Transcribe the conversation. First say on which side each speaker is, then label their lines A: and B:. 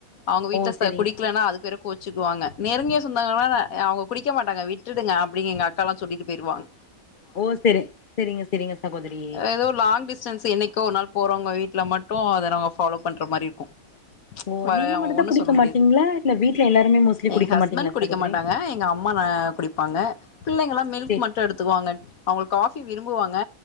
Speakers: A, on the left; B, on the left.
A: அவுங்க வீட்டுல
B: ஓ
A: ச
B: செரிங்க
A: குடிக்லனா அதுக்கு வேற கோச்சுக்குவாங்க நெருங்கிய சொந்தகாரங்கன்னா அவுங்க குடிக்க மாட்டாங்க விட்டுடுங்க அப்டிங்கி எங்க அக்காலா சொல்லிட்டு போய்டுவாங்
B: ஓ செரி செரிங்க செரிங்க சகோதரி
A: ஏதோ லாங் டிஸ்டன்ஸ் என்னைக்கோ ஒரு நாள் போறவங்க வீட்டுல மட்டும் அதை நாங்க ஃப்பாலோ பண்ற மாதிரி இருக்கும்
B: ஓ
A: வ
B: நீங்க
A: அவங்க
B: மட்டுந்தா
A: ஒண்ணும்
B: குடிக்க
A: சொல்ல முடியாது
B: மாட்டீங்களா இல்ல வீட்ல எல்லாருமே மோஸ்ட்லி
A: எங்க
B: குடிக்க
A: ஹஸ்பண்ட்
B: மாட்டீங்களா
A: குடிக்க
B: சகோதரி
A: மாட்டாங்க எங்க அம் மா குடிப்பாங்க பிள்ளைங்களாம் மில்க்
B: சே
A: மட்டும் எடுத்துக்குவாங்க அவங்க காபி விரும்புவாங்க